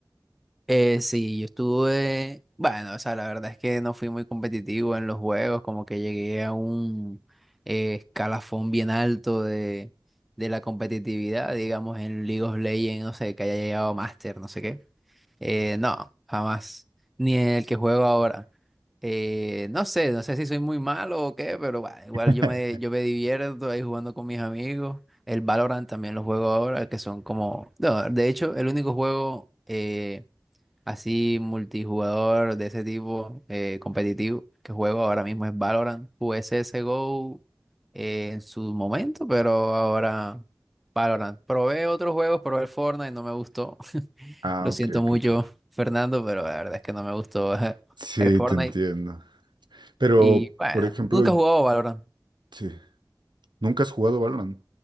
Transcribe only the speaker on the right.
<laughs>
Ah,
ok, ok,
ok.
Sí,
te entiendo. Pero,
por ejemplo,
sí, ¿nunca has jugado Valorant?